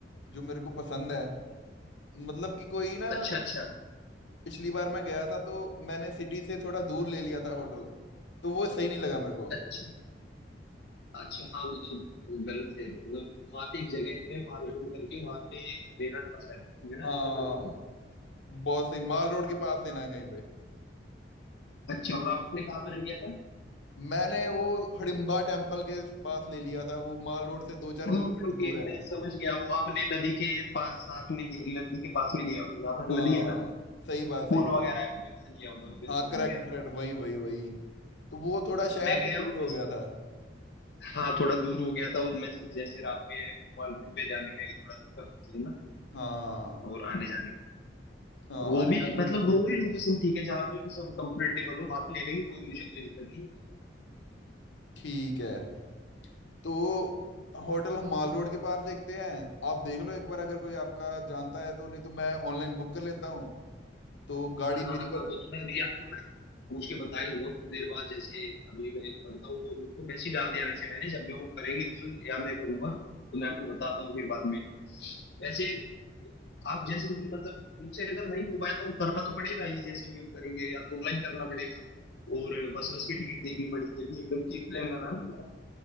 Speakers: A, on the left; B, on the left.
A: जो मेरे को पसंद है मतलब कि कोई ना
B: अच्छा अच्छा
A: पिछली बार मैं गया था तो मैंने सिटी से थोड़ा दूर ले लिया था होटल तो वो सही नहीं लगा मेरे को
B: अच्छा अच्छा हाँ वो तो गलत है मतलब वहाँ पे एक जगह है वहाँ पे करके वहाँ पे लेना था शायद आपको, है ना
A: हाँ
B: ऐसा कुछ बोलो।
A: बहुत सही माल रोड के पास लेना है कहीं पे
B: अच्छा और आपने कहाँ पर लिया था
A: मैंने वो हडिम्बा टेम्पल के पास ले लिया था वो माल रोड से दो चार किलोमीटर
B: ओके ओके
A: दूर
B: मैं
A: है
B: समझ गया वो आपने नदी के पास साथ में लिया- नदी के पास में लिया होगा जहाँ पर
A: हाँ
B: नदी है ना
A: सही बात सही
B: पुल
A: बात
B: वगैरह है, आपने वहाँ लिया होगा मैं
A: हाँ
B: समझ
A: करेक्ट
B: गया
A: करेक्ट वही वही वही तो वो थोड़ा शहर
B: मैं गया
A: से दूर
B: हूँ वैसे
A: हो गया था
B: हाँ थोड़ा दूर हो गया था और मैं जैसे रात में वन रोड पे जाने में थोड़ा दिक्कत होती है ना
A: हाँ
B: और आने जाने में
A: हाँ
B: वो
A: आने
B: भी
A: जाने में
B: मतलब दोनों
A: तो
B: ही लोकेशन ठीक है जहाँ भी सब कंफर्टेबल हो आप ले लेंगे कोई मुझे कोई दिक्कत नहीं
A: ठीक है तो होटल हम माल रोड के पास देखते हैं आप देख लो एक बार अगर कोई आपका जानता है तो नहीं तो मैं ऑनलाइन बुक कर लेता हूँ तो गाड़ी
B: हाँ
A: मेरी
B: हाँ
A: गल...
B: वो तो मैं अभी आपको मैं पूछ के बता ही दूंगा कुछ देर बाद जैसे अभी मैं करता हूँ तो उनको मैसेज डाल दिया वैसे मैंने जब भी वो करेंगे कॉल या मैं करूंगा तो मैं आपको बताता हूँ फिर बाद में वैसे आप जैसे भी मतलब उनसे अगर नहीं हो पाए तो करना तो पड़ेगा ही जैसे भी हम करेंगे या तो ऑनलाइन करना पड़ेगा और बस बस की टिकट देखनी पड़ेगी अभी एकदम ठीक प्लान बना है हमारा।